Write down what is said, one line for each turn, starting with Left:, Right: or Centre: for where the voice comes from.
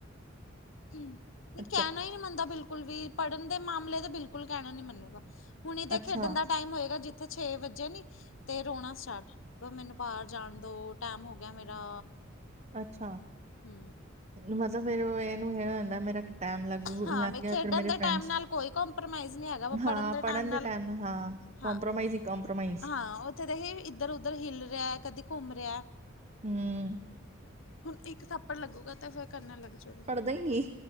Left: ਹਮ ਨਹੀਂ
Right: ਅੱਛਾ
Left: ਕਹਿਣਾ ਹੀ ਨਹੀਂ ਮਨਦਾ ਬਿਲਕੁਲ ਵੀ ਪੜ੍ਹਨ ਦੇ ਮਾਮਲੇ ਤੇ ਬਿਲਕੁਲ ਕਹਿਣਾ ਨੀ ਮੰਨੂਗਾ ਹੁਣ ਇਹਦੇ
Right: ਅੱਛਾ,
Left: ਖੇਡਣ ਦਾ ਟਾਈਮ ਹੋਏਗਾ ਜਿੱਥੇ ਛੇ ਵੱਜੇ ਨੀ। ਤੇ ਰੋਣਾ ਸਟਾਰਟ ਮੈਨੂੰ ਬਾਹਰ ਜਾਣ ਦਾ ਟੈਮ ਹੋ ਗਿਆ ਮੇਰਾ
Right: ਅੱਛਾ।
Left: ਹਮ।
Right: ਮਤਲਬ ਫੇਰ ਇਹਨੂੰ ਹੈ ਹੁੰਦਾ ਮੇਰਾ ਟਾਈਮ ਲੱਗੂ
Left: ਹਾਂ।
Right: ਲੱਗ ਗਿਆ
Left: ਖੇਡਣ
Right: ਫਿਰ ਮੇਰੇ
Left: ਦੇ
Right: ਫਰੈਂਡਸ
Left: ਟਾਈਮ ਨਾਲ ਕੋਈ ਕੰਪ੍ਰੋਮਾਈਜ਼ ਨਹੀਂ ਹੈਗਾ ਵ ਪੜ੍ਹਨ
Right: ਹਾਂ
Left: ਦੇ ਟਾਈਮ ਨਾਲ
Right: ਹਾਂ
Left: ਹਾਂ
Right: ਕੰਪ੍ਰੋਮਾਈਜ਼ ਹੀ ਕੰਪ੍ਰੋਮਾਈਜ਼
Left: - ਹਾਂ ਉੱਥੇ ਤਾਂ ਹੀ ਇੱਧਰ ਉਧਰ ਹਿਲ ਰਿਹਾ ਕਦੇ ਘੁੰਮ ਰਿਹਾ
Right: ਹਮ।
Left: ਹੁਣ ਇੱਕ ਥੱਪੜ ਲੱਗੂਗਾ ਤੇ ਫਿਰ ਕਰਨੇ ਲੱਗ ਜੂਗਾ।
Right: ਨਹੀਂ - ਨਹੀਂ